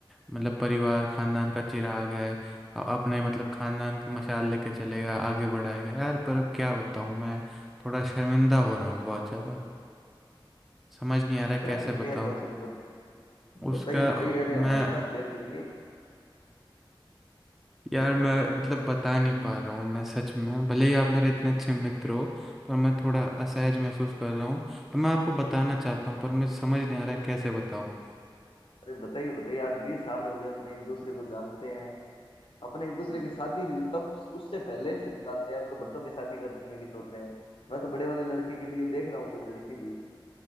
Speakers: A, in the centre; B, on the left.
A: मतलब परिवार खानदान का चिराग है अ- अपने मतलब खानदान की मशाल लेके चलेगा आगे बढ़ाएगा यार पर अब क्या बताऊँ मैं थोड़ा शर्मिंदा हो रहा हूँ बहुत ज़्यादा समझ नहीं आ रहा है
B: क्या
A: कैसे
B: कर दिया
A: बताऊँ
B: ऐसा उसने
A: उसका
B: बताइए बताइए अरे
A: मैं
B: हमारे साथ शेयर करिए
A: यार मैं मतलब बता नहीं पा रहा हूँ मैं सच में भले ही आप मेरे इतने अच्छे मित्र हो पर मैं थोड़ा असहज महसूस कर रहा हूँ तो मैं आपको बताना चाहता हूँ पर मुझे समझ नहीं आ रहा है कैसे बताऊँ
B: अरे बताइए बताइए आज बीस साल हो गए अपने एक दूसरे को जानते हैं अपने एक दूसरे की शादी हुई तब उससे पहले से जानते हैं अब तो बच्चों की शादी करने की सोच रहे हैं मैं तो बड़े वाले लड़के के लिए देख रहा हूँ कोई लड़की भी